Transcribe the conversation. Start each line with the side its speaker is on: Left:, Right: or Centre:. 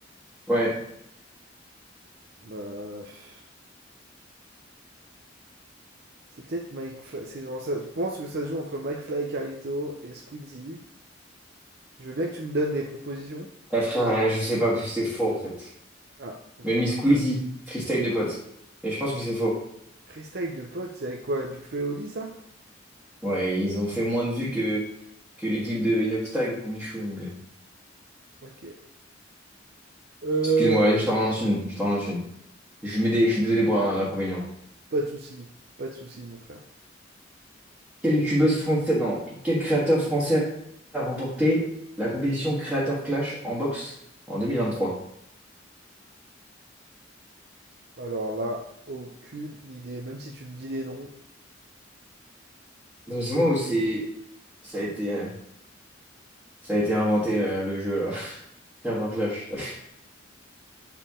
Centre: Ouais.
Right: bah, pff, c'est peut-être Mike Fly. c'est vraiment ça- Je pense que ça se joue entre Mike Fly, Carlito et Squeezie. Je veux bien que tu me donnes les propositions.
Centre: Ah, frère, euh, je sais pas, parce que c'est faux en fait.
Right: Ah, ok.
Centre: Même Squeezie, freestyle de potes. Mais je pense que c'est faux.
Right: Freestyle de pote, c'est avec quoi? Big Flo et Oli, ça?
Centre: Ouais, ils ont fait moins de vues que, que les clips de Inox Tag ou Michoung.
Right: Ok. Euh,
Centre: Excuse-moi, je t'en relance une. Je t'en relance une. Je mets des, je suis désolé pour l'inconvénient.
Right: pas de souci, pas de souci, mon frère.
Centre: Quelle youtubeuse française, non, quel créateur français a remporté la compétition Créateur Clash en boxe en 2023?
Right: Alors là, aucune idée. Même si tu me dis les noms,
Centre: Dans ce moment où c'est, ça a été, euh, ça a été inventé là, le jeu là. <laughs> Carte en clash. <laughs>